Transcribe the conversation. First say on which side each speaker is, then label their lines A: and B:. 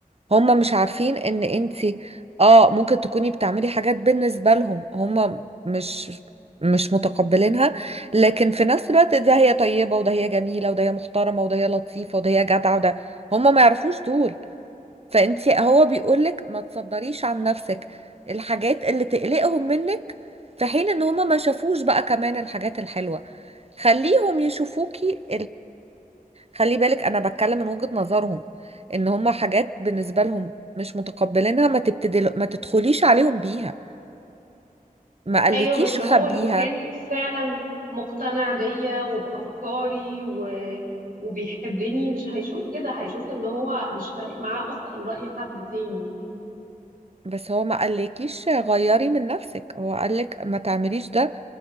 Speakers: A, on the right; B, on the right.
A: هما مش عارفين ان انتي اه ممكن تكوني بتعملي حاجات بالنسبة لهم هما مش مش متقبلينها لكن في نفس الوقت ده هي طيبة وده هي جميلة وده هي محترمة وده هي لطيفة وده هي جدعة وده هما ما يعرفوش دول فانتي هو بيقولك ما تصدريش عن نفسك الحاجات اللي تقلقهم منك في حين ان هما ما شافوش بقى كمان الحاجات الحلوة خليهم يشوفوكي خلي بالك انا بتكلم من وجهة نظرهم ان هما حاجات بالنسبة لهم مش متقبلينها ما تبتدل ما تدخليش عليهم بيها ما قالكيش
B: أيوة بس
A: خبيها
B: هو لو كان فعلا مقتنع بيا وبأفكاري و... وبيحبني مش هيشوف كده هيشوف إن هو مش فارق معاه أصلا رأي حد تاني
A: بس هو ما قالكيش غيري من نفسك هو قالك ما تعمليش ده